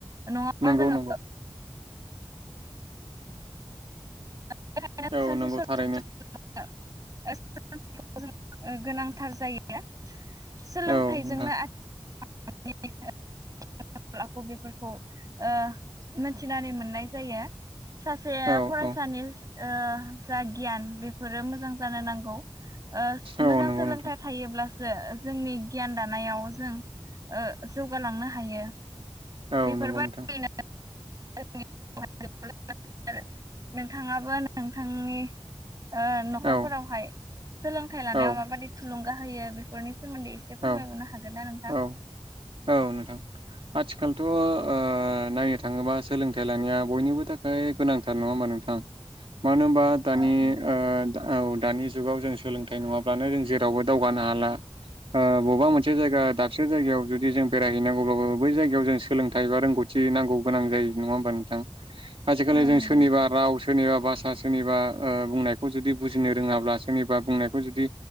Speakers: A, on the right (about 35°); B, on the right (about 65°).
A: नङाब्ला
B: नंगौ
A: जोङो
B: नंगौ
A: <unintelligible> <unintelligible>
B: औ नंगौ थारैनो
A: गोनांथार जायो सोलोंथाइजोंनो
B: औ नोंथां
A: आथि <unintelligible> <unintelligible> आखु बेफोरखौ ओ मोनथिनानै मोननाय जायो। सासे
B: औ
A: फरायसानि
B: औ
A: ओ जा गियान बेफोरो मोजां जानो नांगौ ओ
B: औ
A: मोजां
B: नंगौ
A: सोलोंथाइ
B: नोंथां
A: थायोब्ला सो जोंनि गियान दानायाव जों ओ जौगालांनो हायो
B: औ
A: बेफोरबायदिनो
B: नंगौ नोंथां
A: <unintelligible> नोंथाङाबो नोंथांनि ओ न'खरफोरावहाय
B: औ
A: सोलोंथाइ लानायाव
B: औ
A: माबाददि थुलुंगा होयो बेफोरनि सोमोन्दै एसे फोरमायबावनो
B: औ
A: हागोन ना नोंथां?
B: औ औ नोंथां आथिखालथ' ओ नायनो थाङोबा सोलोंथाइ लानाया बयनिबो थाखाय गोनांथार नङा होमबा नोंथां? मानो होनबा दानि
A: औ
B: ओ
A: औ
B: दा औ दानि जुगाव जों सोलोंथाइ नङाब्लानो जों जे रावबो दावगानो हाला बबेबा मोनसे जायगा दाबसे जायगायाव जुदि जों बेरायहैनांगौब्लाबो बै जायगायाव जों सोलोंथाइ बा रोंगौथि नांगौ गोनां जायो नङा होमबा नोंथां। आजिखालि
A: औ
B: जों
A: नंगौ
B: सोरनिबा राव सोरनिबा भाषा सोरनिबा ओ बुंनायखौ जुदि बुजिनो रोङाब्ला सोरनिबा बुंनायखौ जुदि